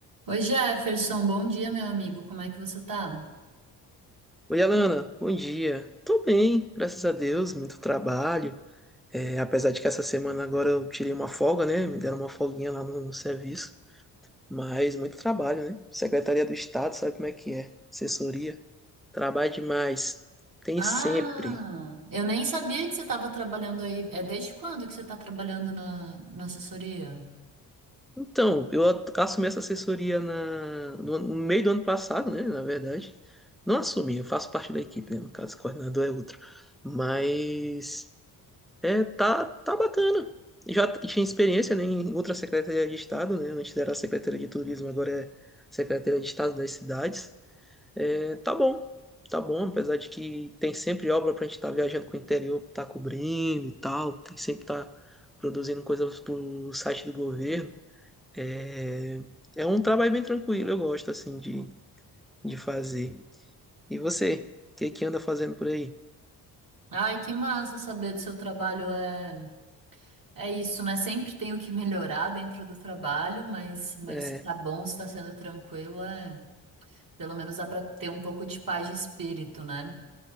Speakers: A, on the right; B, in the centre.
A: Oi, Jefferson, bom dia, meu amigo. Como é que você tá?
B: Oi, Alana, bom dia. Tô bem, graças a Deus, muito trabalho. É, apesar de que essa semana agora eu tirei uma folga, né? Me deram uma folguinha lá no, no serviço. Mas muito trabalho, né? Secretaria do Estado, sabe como é que é? Assessoria. Trabalho demais. Tem
A: Ah,
B: sempre.
A: eu nem sabia que você estava trabalhando aí. É desde quando que você está trabalhando na, na assessoria?
B: Então, eu at- assumi essa assessoria na, no, ano- no meio do ano passado, né? Na verdade. Não assumi, eu faço parte da equipe, né? No caso, o coordenador é outro. Mas. É, tá, tá bacana. Já t- tinha experiência, né, em outra Secretaria de Estado, né? Antes era a Secretaria de Turismo, agora é Secretaria de Estado das Cidades. É, tá bom, tá bom, apesar de que tem sempre obra pra gente estar viajando com o interior, tá cobrindo e tal, tem que sempre tá produzindo coisas pro site do governo. É, é um trabalho bem tranquilo, eu gosto, assim, de, de fazer. E você, o que que anda fazendo por aí?
A: Ai, que massa saber do seu trabalho. É, é isso, né? Sempre tem o que melhorar dentro do trabalho, mas, mas
B: É,
A: se tá bom, se tá sendo tranquilo, é, pelo menos dá para ter um pouco de paz de espírito, né?